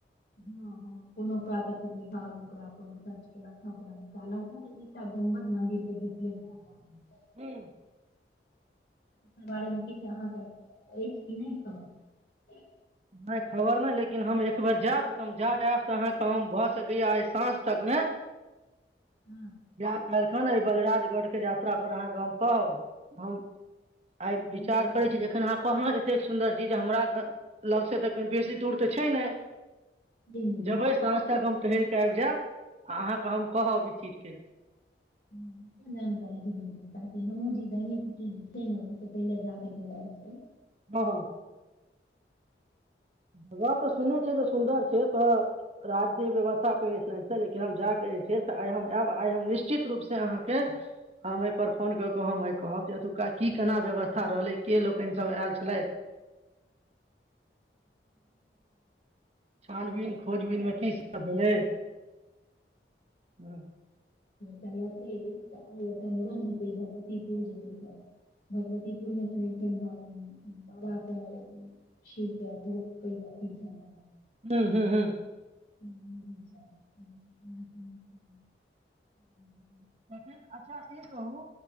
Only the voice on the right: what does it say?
हूँ
नहि खबर नहि लेकिन हम एक बेर जाएब तऽ जा कऽ आएब तऽ अहाँके हम भऽ सकैया आइ साँझ तकमे
या काल्हिखन ई बलराजगढ़के यात्रा पर अहाँके हम कहब हम आइ
विचार करैत छी जे जखन अहाँ कहलौं एत - एतेक सुन्दर चीज हमरा घर लगसँ तऽ कनि बेसी दूर तऽ छै ने
जबै
साँझ तक हम टहैल कऽ आबि जाएब आ अहाँकेँ हम कहब ई चीजके
हाँ जगह तऽ सुनने छियै जे सुन्दर छै से तऽ राजके व्यवस्था लेकिन हम जाके जे छै से आइ हम आएब आइ हम निश्चित रूप से अहाँके हम एहि पर फोन कऽ कऽ हम एहि कहबजे एतुका की केना व्यवस्था रहलै
के लोकनि सब आयल छलथि छानबीन खोजबीन मे की सब भेलै हँ
हूँ हूँ हूँ
तहन अच्छा ई कहू